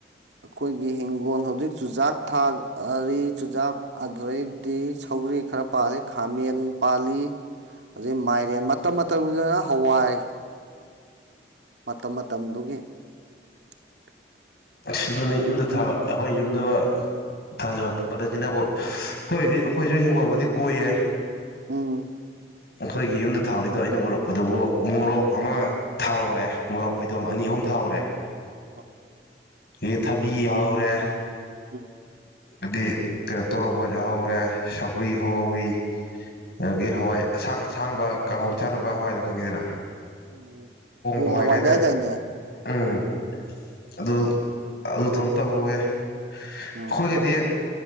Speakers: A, on the right; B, on the left.
A: ꯑꯩꯈꯣꯏꯒꯤ ꯍꯤꯡꯒꯣꯜ ꯍꯧꯖꯤꯛ ꯆꯨꯖꯥꯛ ꯊꯥꯔꯤ ꯆꯨꯖꯥꯛ ꯑꯗꯨꯗꯩꯗꯤ ꯁꯧꯒ꯭ꯔꯤ ꯈꯔ ꯄꯥꯜꯂꯤ ꯈꯥꯃꯦꯟ ꯄꯥꯜꯂꯤ ꯑꯗꯩ ꯃꯥꯏꯔꯦꯟ ꯃꯇꯝ- ꯃꯇꯝꯒꯤꯗꯅ ꯍꯋꯥꯏ ꯃꯇꯝ -ꯃꯇꯝꯗꯨꯒꯤ <inaudible>
B: ꯑꯗꯨꯅꯤ ꯌꯨꯝꯗ ꯊꯥꯕ ꯑꯩꯈꯣꯏ ꯌꯨꯝꯗꯒ ꯊꯥꯖꯕ ꯄꯣꯠ ꯑꯁꯤꯅꯕꯨ ꯑꯩꯈꯣꯏꯗꯤ ꯑꯩꯈꯣꯏꯁꯨ ꯍꯤꯡꯒꯣꯜꯕꯨꯗꯤ ꯀꯣꯏꯌꯦ
A: ꯎꯝ
B: ꯑꯩꯈꯣꯏꯒꯤ ꯌꯨꯝꯗ ꯊꯥꯍꯩꯔꯤꯗꯣ ꯑꯩꯅ ꯎꯔꯛꯄꯗꯨꯕꯨ ꯃꯣꯔꯣꯛ ꯑꯃ ꯊꯥꯍꯧꯔꯦ ꯃꯣꯔꯣꯛ ꯐꯩꯗꯣꯝ ꯑꯅꯤ ꯑꯍꯨꯝ ꯊꯥꯍꯧꯔꯦ
A: ꯎꯝ
B: ꯑꯦ ꯊꯕꯤ ꯌꯥꯍꯧꯔꯦ
A: ꯎꯝ
B: ꯑꯗꯤ ꯀꯩꯅꯣ ꯇꯣꯔꯣꯕꯣꯠ ꯌꯥꯍꯧꯔꯦ ꯁꯧꯒ꯭ꯔꯤ
A: ꯎꯝ
B: ꯍꯧꯍꯧꯋꯤ
A: ꯎꯝ
B: ꯑꯗꯒꯤ ꯍꯋꯥꯏ ꯑꯁꯥꯡ- ꯑꯁꯥꯡꯕ ꯀꯥꯡꯍꯧ ꯆꯥꯅꯕ
A: ꯎꯝ
B: ꯍꯋꯥꯏꯗꯣ ꯈꯪꯉꯤꯗꯅ
A: ꯎꯝ ꯄꯣꯡ
B: ꯍꯋꯥꯏ
A: ꯍꯋꯥꯏꯒ
B: ꯀꯥꯏꯇꯥꯔꯦ
A: ꯌꯥꯏꯗꯥꯏꯅꯦ
B: ꯎꯝ ꯑꯗꯨ ꯑꯗꯨꯗꯨꯃ ꯇꯧꯍꯧꯋꯦ ꯑꯩꯈꯣꯏꯒꯤꯗꯤ
A: ꯎꯝ